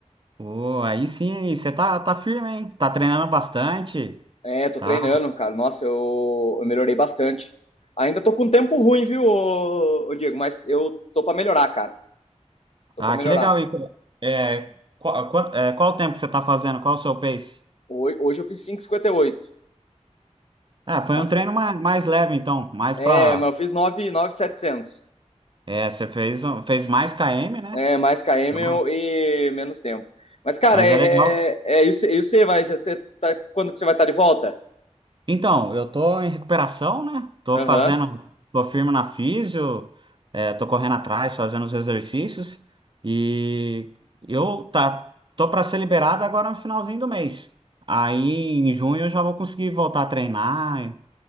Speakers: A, on the right; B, on the left.
A: Ô, aí sim, aí você tá, tá firme, hein? Tá treinando bastante,
B: É, tô
A: tá?
B: treinando, cara. Nossa, eu, eu melhorei bastante. Ainda tô com um tempo ruim, viu, ô, ô Diego? Mas eu tô pra melhorar, cara. Tô
A: Ah,
B: pra melhorar.
A: que legal. E, co- é, qual, quanto- é, qual o tempo que você tá fazendo? Qual o seu pace?
B: Hoje, hoje eu fiz 5,58.
A: Ah, foi
B: Ma-
A: um treino mais, mais leve, então. Mais
B: É,
A: pra...
B: mas eu fiz 9, 9,700.
A: É, você fez, um- fez mais km, né?
B: É, mais km
A: Então,
B: e menos tempo. Mas, cara,
A: Mas
B: é,
A: é legal.
B: é, é isso, é isso aí, vai. já Você tá, quando que você vai estar de volta?
A: Então, eu tô em recuperação, né? Tô
B: Aham.
A: fazendo, tô firme na físio, é, tô correndo atrás, fazendo os exercícios e eu tá, tô para ser liberado agora no finalzinho do mês. Aí em junho eu já vou conseguir voltar a treinar